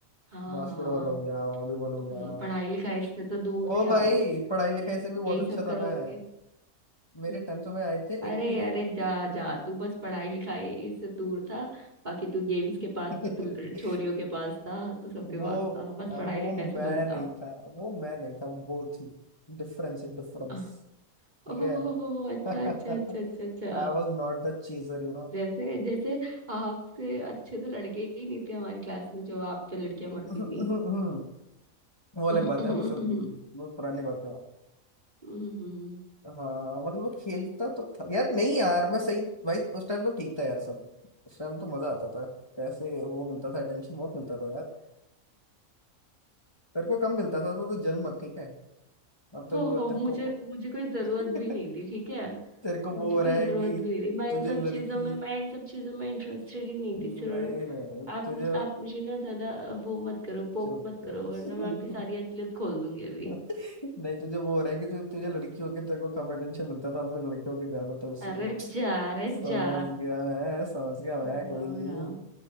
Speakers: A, on the right (about 30°); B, on the left (about 15°).
A: हाँ
B: बास्केटबॉल
A: हाँ
B: हो गया वॉलीबॉल हो गया
A: ये पढ़ाई लिखाई से तो दूर
B: ओ
A: थे
B: भाई
A: आप
B: पढ़ाई
A: यही
B: लिखाई
A: सब
B: से भी बहुत
A: यही
B: अच्छा
A: सब करोगे
B: था मैं मेरे
A: हम्म।
B: टेंथ में आए थे
A: अरे
B: एट्टी
A: अरे जा जा तू बस पढ़ाई लिखाई से दूर था बाकी तू गेम्स के
B: <laughs>
A: पास तो तू छोरियों के पास था तू सबके
B: वो
A: पास था बस पढ़ाई
B: वो
A: लिखाई
B: मैं
A: से दूर
B: नहीं
A: था
B: था वो मैं नहीं था वो थी डिफरेंस है डिफरेंस
A: आह,
B: ठीक
A: ओह
B: है
A: अच्छा
B: <laughs>
A: अच्छा अच्छा अच्छा अच्छा
B: आई was not the cheater you no
A: जैसे जैसे आपसे अच्छे तो लड़के ही नहीं थे हमारी क्लास में जो आप पे लड़कियां मरती
B: <laughs>
A: थी
B: वो
A: <laughs>
B: अलग
A: हम्म,
B: बात
A: हम्म,
B: है वो सब
A: हम्म,
B: वो पुरानी बात है
A: हम्म, हम्म।
B: हाँ मतलब वो खेलता तो था यार नहीं यार मैं सही भाई उस टाइम तो ठीक था यार सब उस टाइम तो मजा आता था पैसे वो मिलता था टेंशन बहुत मिलता था यार तेरे को कम मिलता था तो तू जल मत ठीक है अब तो
A: हो
B: वो
A: हो
B: तेरे
A: मुझे
B: को
A: मुझे
B: <laughs>
A: कोई जरूरत भी नहीं थी ठीक है
B: तेरे को
A: मुझे
B: वो हो रहा
A: कोई
B: है
A: जरूरत
B: कि
A: भी नहीं थी मैं
B: तुझे
A: इन सब
B: लड़की
A: चीजों में मैं इन सब चीजों में इंटरेस्टेड ही नहीं
B: नहीं
A: थी सर
B: नहीं
A: आप
B: तुझे
A: मुझ आप मुझे ना ज्यादा अ, वो मत करो पोक
B: चुप
A: मत करो
B: कर।
A: वरना मैं आपकी सारी असलियत खोल दूंगी अभी
B: <laughs> नहीं तुझे वो हो रहा है कि तु, तुझे लड़की होके तेरे को कम अटेंशन मिलता था और मुझे लड़के होके ज्यादा तो इसीलिए
A: अरे जा अरे
B: समझ
A: जा
B: गया मैं समझ गया मैं
A: आया
B: कोई नहीं
A: बड़ा